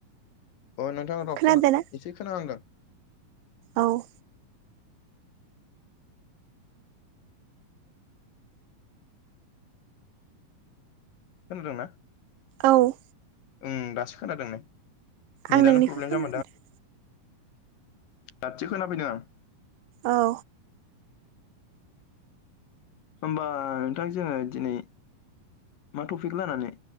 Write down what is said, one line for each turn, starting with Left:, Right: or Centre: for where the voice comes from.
Left: अ नोंथां र'
Right: खोनादोंना
Left: खोना एसे खोनाहांदों
Right: औ
Left: खोनादोंना?
Right: औ
Left: उम दासो खोनादों नै नेटआनो
Right: आं नोंनिखौ
Left: प्रब्लेम
Right: खोनाफैदों
Left: जामारदों दासो खोनाफैदों आं
Right: औ
Left: होमबा नोंथां जोङो दिनै मा टपिक लानानै